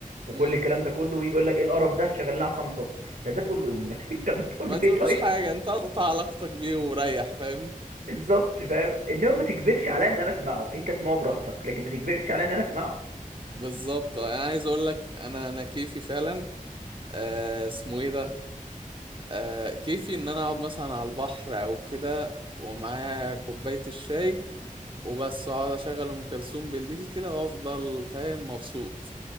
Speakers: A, on the right; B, on the right.
A: وكل
B: امم
A: الكلام ده كله ويجي يقول لك ايه القرف ده شغال لنا عصام صاصه طب ده تقول له ايه والنبي <laughs> طب ده تقول
B: ما
A: له
B: تقولوش
A: ايه طيب
B: حاجه انت قطع علاقتك بيه وريح فاهم
A: بالظبط فاهم انما ما تجبرش على ان انا اسمعه انت اسمعه براحتك لكن ما تجبرش على ان انا اسمعه
B: بالظبط آه، انا عايز اقول لك انا انا كيفي فعلا آه اسمه ايه ده آه كيفي ان انا اقعد مثلا على البحر او كده ومعايا كوبايه الشاي وبس اقعد اشغل ام كلثوم بالليل كده وافضل فاهم مبسوط